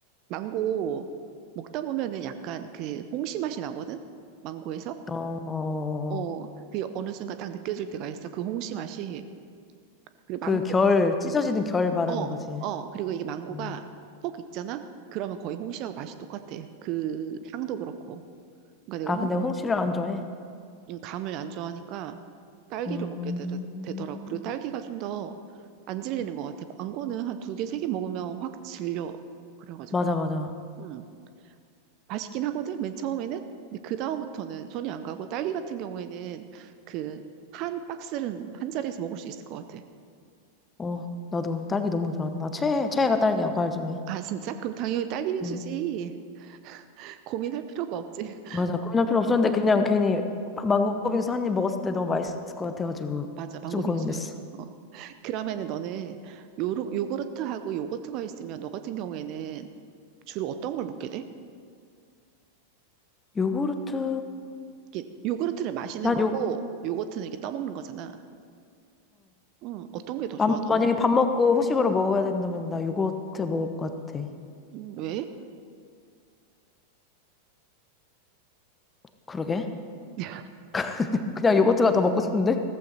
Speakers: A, on the right; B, on the left.
A: 망고 먹다 보면은 약간 그 홍시 맛이 나거든 망고에서
B: 어, 어,
A: 어 그게 어느 순간 딱 느껴질 때가 있어 그 홍시 맛이 그리고
B: 그
A: 망고
B: 결, 찢어지는 결 말하는
A: 어
B: 거지.
A: 어 그리고 이게 망고가
B: 어.
A: 폭 익잖아 그러면 거의 홍시하고 맛이 똑같아 그 향도 그렇고 그러니까 내가
B: 아
A: 홍
B: 근데 홍시를 안 좋아해
A: 음, 감을 안 좋아하니까 딸기를
B: 음,
A: 먹게 되, 되더라고 그리고 딸기가 좀 더 안 질리는 것 같아 망고는 한 두 개 세 개 먹으면 확 질려 그래가지고
B: 맞아 맞아
A: 음. 맛있긴 하거든, 맨 처음에는. 근데 그다음부터는 손이 안 가고, 딸기 같은 경우에는 그, 한 박스는 한 자리에서 먹을 수 있을 것 같아.
B: 어 나도 딸기 너무 좋아 나 최애 최애가 딸기야 과일 중에
A: 아, 진짜? 그럼 당연히 딸기 빙수지.
B: 응
A: <laughs> 고민할 필요가 없지. <laughs>
B: 맞아 고민할 필요 없었는데 그냥 괜히 망고 빙수 한 입 먹었을 때 너무 맛있을 것 같아가지고
A: 맞아, 망고
B: 좀 고민됐어
A: 빙수. 어. 그러면은 너는 요르, 요구르트하고 요거트가 있으면 너 같은 경우에는 주로 어떤 걸 먹게 돼?
B: 요구르트
A: 이게 요구르트를 마시는
B: 난요
A: 거고, 요거트는 이렇게 떠먹는 거잖아. 응, 어떤 게 더 좋아,
B: 맘-
A: 너는?
B: 만약에 밥 먹고 후식으로 먹어야 된다면 나 요거트 먹을 것 같아.
A: 음, 왜?
B: 그러게.
A: <laughs>
B: <laughs> 그냥 요거트가 더 먹고 싶은데?